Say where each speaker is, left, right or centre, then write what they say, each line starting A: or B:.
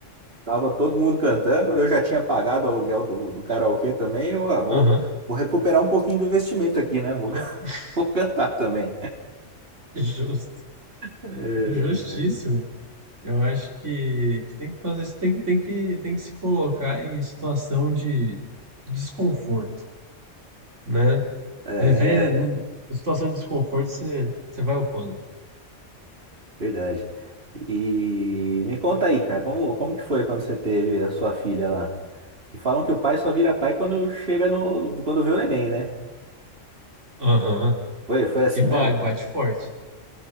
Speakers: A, on the right (about 50°); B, on the right (about 70°).
A: tava todo mundo cantando. Eu já tinha pagado o aluguel do, do karaokê também. Eu ah, vou,
B: Aham.
A: vou recuperar um pouquinho do investimento aqui, né? Vou,
B: <laughs>
A: <laughs> vou cantar também.
B: Justo,
A: É,
B: justíssimo. Eu acho que, que tem que fazer isso, tem que, tem que, tem que se colocar em situação de desconforto, né?
A: é
B: Viver no- em situação de desconforto, você, você vai upando.
A: verdade. E me conta aí, cara, como, como que foi quando você teve a sua filha lá? Que falam que o pai só vira pai quando chega no. quando vê o neném, né?
B: Aham.
A: Foi, foi assim
B: E ba-
A: mesmo?
B: bate forte.